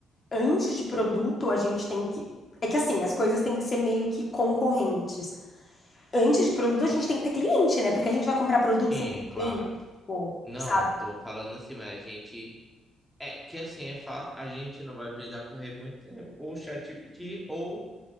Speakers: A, on the left; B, in the centre.
A: Antes de produto, a gente tem que. É que assim, as coisas têm que ser meio que concorrentes. Antes de produto, a gente tem que ter cliente, né? Porque a gente vai comprar produto
B: Sim,
A: sem ter
B: claro.
A: cliente, tipo,
B: Não,
A: sabe?
B: tô falando assim, mas a gente É, que assim, é fa- a gente não vai precisar correr muito, né? ou ChatGPT, ou